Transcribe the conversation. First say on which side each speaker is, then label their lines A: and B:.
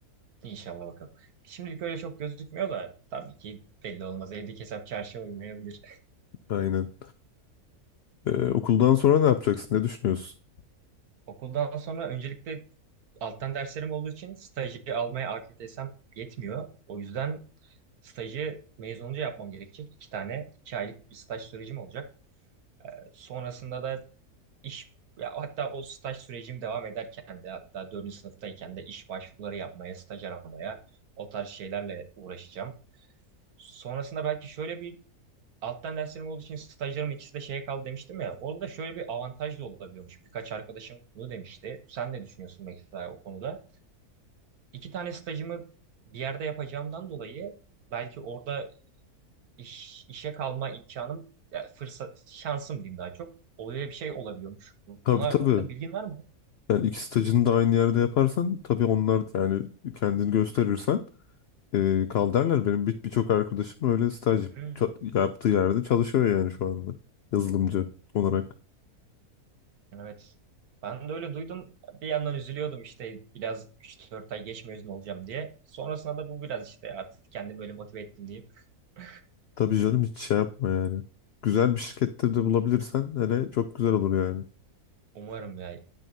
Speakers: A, on the right; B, on the left.
A: İnşallah bakalım. Şimdilik öyle çok gözükmüyor da tabii ki belli olmaz. Evdeki hesap çarşıya uymayabilir. <laughs>
B: Aynen. Ee, okuldan sonra ne yapacaksın? Ne düşünüyorsun?
A: Okuldan sonra öncelikle alttan derslerim olduğu için stajı almaya AKTS'm yetmiyor. O yüzden stajı mezun olunca yapmam gerekecek. İki tane, iki aylık bir staj sürecim olacak. Ee, Sonrasında da iş, ya hatta o staj sürecim devam ederken de hatta dördüncü sınıftayken de iş başvuruları yapmaya, staj aramaya o tarz şeylerle uğraşacağım. Sonrasında belki şöyle bir Alttan derslerim olduğu için stajlarım ikisi de şeye kaldı demiştim ya. Orada da şöyle bir avantaj da olabiliyormuş. Birkaç arkadaşım bunu demişti. Sen ne düşünüyorsun mesela o konuda? İki tane stajımı bir yerde yapacağımdan dolayı belki orada iş, işe kalma imkanım, ya fırsat, şansım diyeyim daha çok. Öyle bir şey olabiliyormuş. Bu
B: Tabii
A: konu hakkında
B: tabii.
A: bilgin var mı?
B: Yani iki stajını da aynı yerde yaparsan tabii onlar yani kendini gösterirsen e, kaldarlar benim bir- birçok arkadaşım öyle staj yap-
A: Hmm,
B: ça- yaptığı yerde çalışıyor yani şu anda yazılımcı olarak.
A: evet. Ben de öyle duydum. Bir yandan üzülüyordum işte biraz üç dört ay geç mezun olacağım diye. Sonrasında da bu biraz işte artık kendimi böyle motive ettim diyeyim. <laughs>
B: Tabii canım hiç şey yapma yani. Güzel bir şirkette de bulabilirsen hele çok güzel olur yani.
A: Umarım ya.